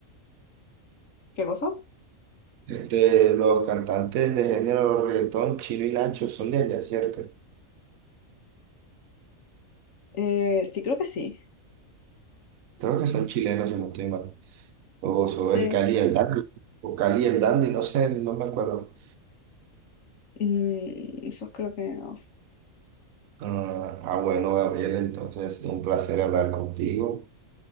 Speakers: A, on the left; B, on the right.
A: ¿Qué cosa?
B: Este, los cantantes de género reggaetón, Chino y Nacho, son de allá, ¿cierto?
A: Eh, sí, creo que sí.
B: Creo que son chilenos, si no estoy mal. O, o
A: Sí.
B: es Cali y el Dandy. O Cali y el Dandy, no sé, no me acuerdo.
A: Mm, esos creo que no.
B: ah, ah, bueno, Gabriel, entonces, un placer hablar contigo.